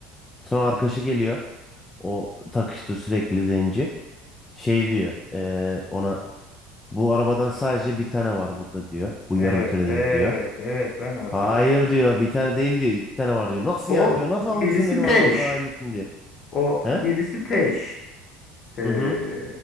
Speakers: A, on the left; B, on the left.
A: Sonra arkadaşı geliyor. O takıştı sürekli zenci. Şey diyor eee, ona bu arabadan sadece bir tane var burada diyor. Bu
B: Evet
A: yarım kürede
B: evet
A: diyor.
B: evet ben hatırladım.
A: Hayır diyor bir tane değil diyor iki tane var diyor. Nasıl
B: O
A: yani diyor nasıl alırsın
B: birisi
A: benim
B: Teş.
A: arabasına aynısını diyor.
B: O
A: He?
B: birisi Teş. Ee,
A: Hı hı.